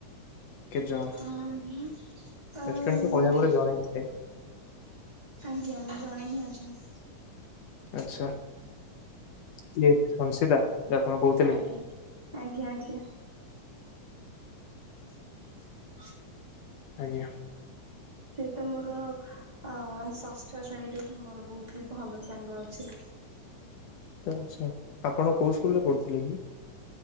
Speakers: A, on the left; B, on the right.
A: କେତେ ଜଣ?
B: ଅ ହୁଁ ଆଉବି
A: ବେଷ୍ଟ ଫ୍ରେଣ୍ଡ ତ କହିବାକୁ ଗଲେ ଜଣେ ହିଁ ଥାଏ।
B: ଆଜ୍ଞା ଜଣେ ହିଁ ଅଛନ୍ତି।
A: ଆଚ୍ଛା କିଏ ସଂଶିତା ଯୋଉ ଆପଣ କହୁଥିଲେ।
B: ଆଜ୍ଞା ଆଜ୍ଞା ଆଜ୍ଞା।
A: <inaudible>
B: <inaudible>
A: ଆଜ୍ଞା।
B: ସେ ତ ମୋର ଅ ଷଷ୍ଠ ଶ୍ରେଣୀରୁ ହିଁ ମୋର ବହୁତ ହି ଭଲ ସାଙ୍ଗ। ଛି
A: ଆଛା ଆପଣ କୋଉ ସ୍କୁଲରେ ପଢ଼ୁଥିଲେ କି?